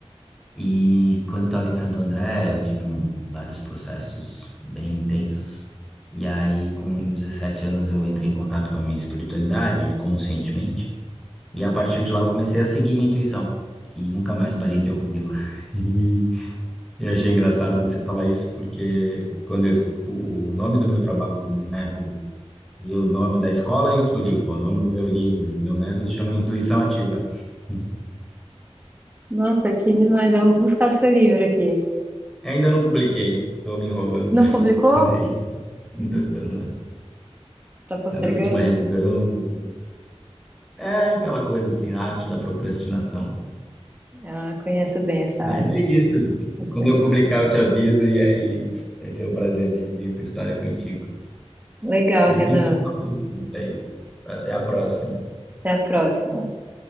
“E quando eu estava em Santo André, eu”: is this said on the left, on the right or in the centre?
Centre